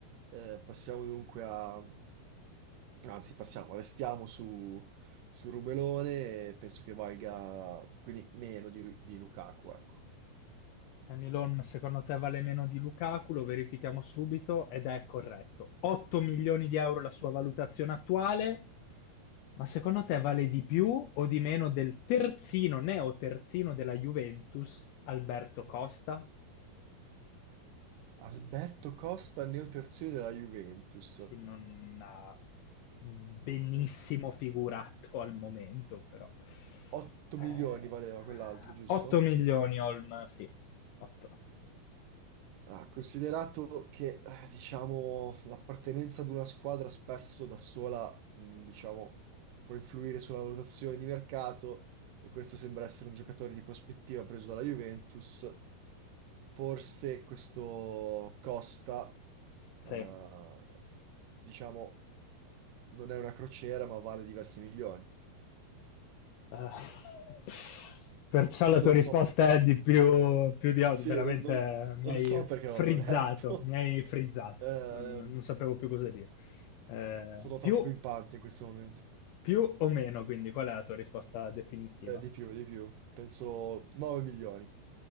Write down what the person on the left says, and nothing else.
Hamiloan secondo te vale meno di Lukaku, lo verifichiamo subito ed è corretto. 8 milioni di euro la sua valutazione attuale, ma secondo te vale di più o di meno del terzino, neo terzino della Juventus, Alberto Costa?
Sì, non ha benissimo
figurato al momento, però.
Eh,
8 milioni, Olm, sì, 8.
Sì,
Eh, <laughs> perciò la
tua risposta
è di più,
più di... altro.
Veramente
eh, mi
hai
frizzato,
mi hai frizzato.
Non, non- non sapevo più cosa dire. Eh,
più,
più o meno, quindi, qual è la tua risposta definitiva?